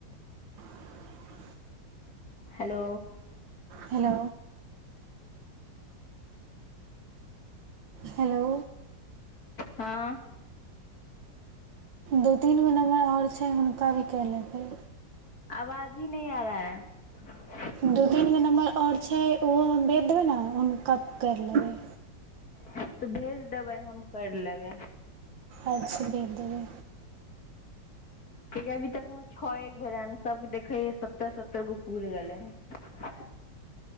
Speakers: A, on the right; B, on the left.
A: <inaudible>
B: hello
A: hello hello
B: हँ
A: दू तीन गो नम्बर आओर छै हुनका भी कए लेबै
B: आवाज ही नहि आ रहा है
A: दू तीन गो नम्बर आओर छै ओहो हम भेज देबै ने हुनका करि लेबै
B: हँ तऽ भेज देबै हम करि लेबै
A: अच्छा भेज देबै
B: ठीक है अभी तक मे छीए गो एक बेरन सब देखै सत्तर सत्तर गो पुरि गेलै है